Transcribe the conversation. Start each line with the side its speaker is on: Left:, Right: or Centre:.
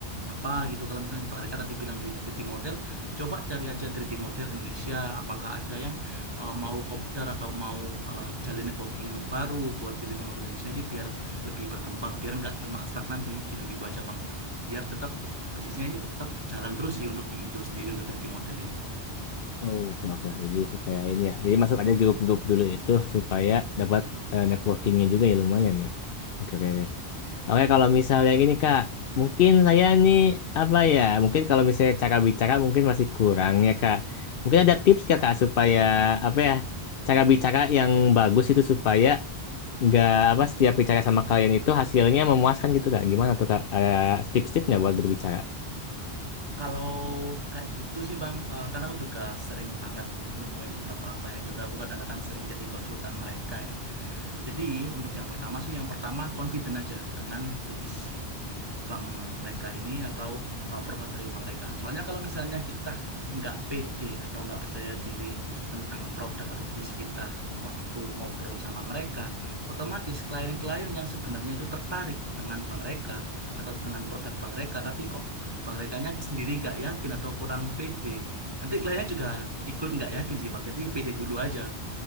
Right: apa gitu. Kalau misalnya di Bang Reka tadi bilang di 3D model, coba cari aja 3D model Indonesia. Apakah ada yang eh, mau kopdar atau mau eh, jalin networking baru buat 3D model Indonesia ini biar lebih berkembang, biar nggak cuma stagnan di gitu-gitu aja, Bang. Biar tetap bisnisnya ini tetap jalan terus sih untuk di Indo sendiri untuk 3D model ini.
Left: Oh, oke oke. Jadi supaya ini ya. Jadi masuk ada grup-grup dulu itu supaya dapat eh, networkingnya juga ya lumayan ya. Oke oke. oke. Oke, kalau misalnya gini Kak, mungkin saya nih apa ya? Mungkin kalau misalnya cara bicara mungkin masih kurang ya Kak. Mungkin ada tips nggak, Kak supaya apa ya? Cara bicara yang bagus itu supaya nggak apa setiap bicara sama kalian itu hasilnya memuaskan gitu Kak. Gimana tuh Kak? Ada tips-tipsnya buat berbicara?
Right: Kalau kayak gitu sih Bang, eh, karena aku juga sering banget nemuin beberapa klien juga aku kadang-kadang sering jadi konsultan mereka ya. Jadi untuk yang pertama sih yang pertama confident aja dengan bisnis bank mereka ini atau eh, produk dari bank mereka. Soalnya kalau misalnya kita nggak pede atau nggak percaya diri tentang produk atau bisnis kita waktu ngobrol sama mereka, otomatis klien-klien yang sebenarnya itu tertarik dengan bank mereka atau dengan produk bank mereka, tapi kok bank merekanya sendiri nggak yakin atau kurang pede, nanti kliennya juga ikut nggak yakin sih bang. Jadi pede dulu aja.